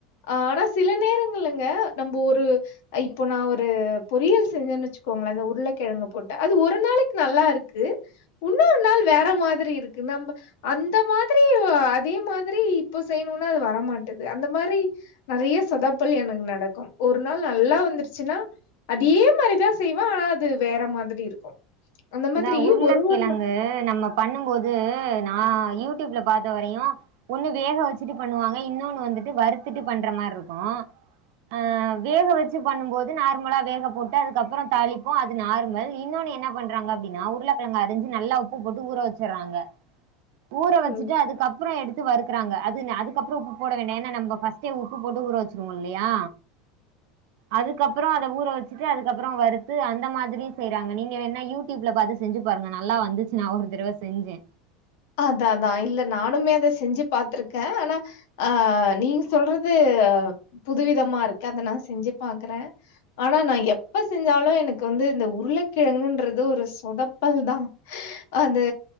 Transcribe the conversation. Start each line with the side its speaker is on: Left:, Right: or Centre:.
Left: ஆனா சில நேரங்கள்லங்க நம்ப ஒரு இப்ப நா ஒரு பொரியல் செஞ்சோன்னு வச்சுக்கோங்களே உருளைக்கிழங்கு போட்டு அது ஒரு நாளைக்கு நல்லாருக்கு உன்னொரு நாள் வேற மாதிரி இருக்கு நம்ப அந்த மாதிரி அதே மாதிரி இப்ப செய்யணுன்னா அது வர மாட் மாட்டுது அந்த மாரி நெறையா சொதாப்பல் எனக்கு நடக்கும் ஒரு நாள் நல்லா வந்துருச்சுன்னா அதே மாதிரிதா செய்வே ஆனா அது வேற மாதிரி இருக்கு அந்த மாதிரி
Right: நா உருளக்கிழங்கு
Left: ஒரு ஒரு
Right: நம்ம பண்ணும்போது நா யூட் டியூப்ல பாத்தவரையு ஒன்னுது வேக வச்சுட்டு பண்ணுவாங்க இன்னொன்னு வந்துட்டு வறுத்துட்டு பண்ற மாரி இருக்கு ஆ வேக வச்சு பண்ணும்போது நார்மலா வேக போட்டு அதுக்கப்பற தாளிப்போ அது நார்மல் இன்னொன்னு என்ன பண்றாங்க அப்டின்னா உருளக்கெழங்கு அறிஞ்சி நல்லா உப்பு போட்டு ஊற வச்சிட்றாங்க ஊற
Left: ம்
Right: வச்சுட்டு அதுக்கப்புற எடுத்து வறுத் துறாங்க அதுக்கப்புற உப்பு போட வேண்டா ஏன்னா நம்ம ஃபஸ்ட்டே உப்பு போட்டு ஊற வச்சுருவோயில்லியா அதுக்கப்பற அத ஊற வச்சிட்டு அதுக்கப்பற அத வறுத்து அந்த மாதிரி செய்றாங்க நீங்க வேணா யூ டியூப்ல பாத்து செஞ்சு பாருங்க நல்லா வந்துச்சு நா ஒரு தடவ செஞ்சே
Left: அதா அதா இல்ல நானுமே அத செஞ்சு பாத்தருக்கே ஆனா ஆ நீங்க சொல்றது புதுவிதமா இருக்கு அத நா செஞ்சு பாக்குறே ஆனா நா எப்ப செஞ்சாலு எனக்கு வந்து இந்த உருளைக்கிழங்குன்றது ஒரு சொதப்பல் தா அது